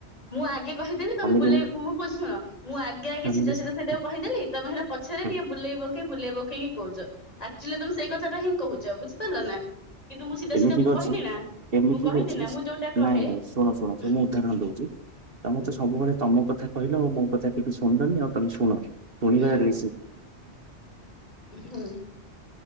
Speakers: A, on the left; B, on the right.
A: ମୁଁ ଆଗେ କହିଦେଲି ତମେ ବୁଲେଇ
B: ଯଦି
A: ମୁଁ କହୁଛି ଶୁଣ ମୁଁ ଆଗେ ଆଗେ
B: ସ୍ୱାମୀ
A: ସିଧା
B: ଯଦି
A: ସିଧା
B: ହୁଁ
A: ସେଇଟାକୁ କହିଦେଲି। ତମ ସେଟା ପଛରେ
B: ହୁଁ
A: ଟିକେ ବୁଲେଇ ବକେଇି ବୁଲେଇ ବକେଇକି କହୁଛ। ଆକ୍ଚୁଆଲି ତମେ ସେଇ କଥାଟା ହିଁ କହୁଛ ବୁଝିପାରିଲ ନା କିନ୍ତୁ ମୁଁ ସିଧା
B: ଏମିତି
A: ସିଧା ମୁଁ
B: ବି ଅଛି
A: କହିଲି ନା
B: ଏମିତି
A: ମୁଁ କହିଲି
B: ବି ଅଛି
A: ନା ମୁଁ ଯୋଉଟା କହେ
B: ନାଇଁ ନାଇଁ ଶୁଣ ଶୁଣ ଶୁ
A: ହୁଁ
B: ମୁଁ ଉଦାରଣ ଦଉଛି। ତ ମତେ
A: ହୁଁ
B: ସବୁବେଳେ ତମ କଥାତମର କଠା ତୀ କହିଲ ମୋ କଥା ଟିକେ ଶୁଣଣ୍ଡନି ଆଉ ତମେ ଶୁଣ ଶୁଣିବାନରୁ
A: ହୁଁ ହୁଁ